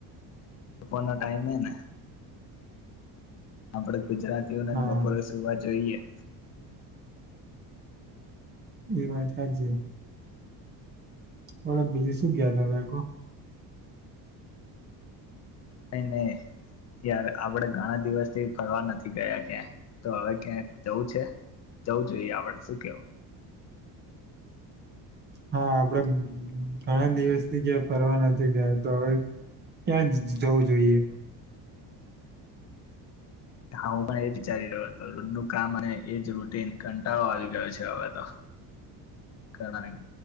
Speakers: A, on the left; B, on the right.
A: તો ન ટાઈમે, એ ને? આપડે. ગુજરાતીઓના
B: હા
A: જ, બપોરે સુવા જોઈએ.
B: એ વાત આ છે. ઓલો બીજ શું કયા ત તકો <unintelligible>
A: કઈ નહીં યાર, આપડે ઘણા દિવસથી ફરવા નથી ગયા ક્યાં તો. હવે ક્યાં જવું છે? જવું જોઈએ? આપડે શું કેવું?
B: હા, આપડે ઘણા દિવસથી ક્યા ફરવા નથી ગયા. તો હવે ક્યાં જવું જોઈએ?
A: હા, આપડે ઘણા દિવસથી ક્યા ફરવા નથી ગયા, તો હવે ક્યાં જવું જોઈએ?